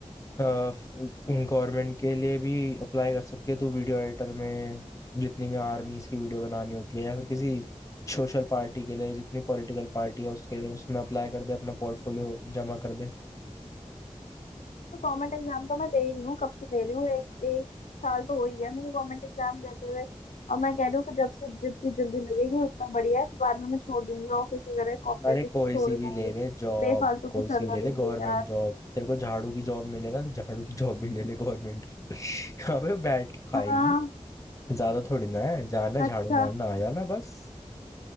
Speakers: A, on the left; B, on the left.
A: गवर्नमेंट के लिए भी अप्लाई कर सकती है तू वीडियो एडिटर में जितनी भी आर्मीज की वीडियो बनानी होती है या फिर किसी सोशल पार्टी के लिए जितनी पॉलिटिकल पार्टी है उसके लिए, उसमें अप्लाई कर दे अपना पोर्टफोलियो जमा कर दे
B: तो गवर्नमेंट एग्जाम तो मैं दे रही हूँ कब से दे रही हूँ एक एक साल तो हो ही गया मेरे को गवर्नमेंट एग्जाम देते हुए और मैं कह रही हूँ कि जब से जितनी जल्दी लगेगी उतना बढ़िया है तो बाद में मैं छोड़ दूंगी ऑफिस वगैरह कॉपरेटिव
A: अरे कोई
B: को छोड़
A: सी भी
B: दूंगी
A: ले ले जॉब
B: बेफालतू
A: कोई
B: की सरदर्द
A: सी भी ले ले गवर्नमेंट
B: भी है यार
A: जॉब तेरे को झाड़ू की जॉब मिले ना तो झाड़ू की जॉब भी ले ले गवर्नमेंट की <laughs> अबे बैठ के खाएगी
B: हाँ
A: ज्यादा थोड़ी ना है जाना झाड़ू
B: अच्छा
A: मारना आ जाना बस